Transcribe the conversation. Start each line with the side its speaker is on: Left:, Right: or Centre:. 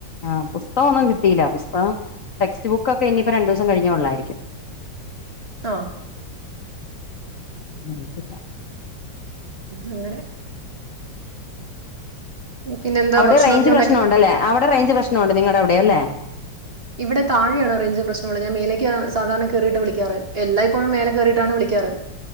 Left: ആഹ് പുസ്തകം ഒന്നും കിട്ടിയില്ല. ടെക്സ്റ്റ് ബുക്ക് ഒക്കെ ഇനിയിപ്പോ രണ്ടു ദിവസം കഴിഞ്ഞള്ളായിരിക്കും.
Right: ഹ
Left: അറിയിത്തില്ല
Right: അങ്ങനെ പിന്നെന്താ
Left: അവിടെ
Right: ഭക്ഷണൊക്കെ
Left: റേഞ്ച് പ്രശ്നംണ്ടല്ലേ?
Right: ഉണ്ടാക്കി
Left: റഞ്ച് പ്രശ്നംണ്ട് നിങ്ങള അവിടെ അല്ലേ
Right: ഇവിടെ താഴെയാണ് റഞ്ച്ശ്നമള്ള ഞാ മേലേ സാധാരണ കയറിട്ട് വിളിക്കാറ് എല്ലായ്പപ്പോഴും മേല കയറിയിട്ടാണ് വിളിക്കാറ്.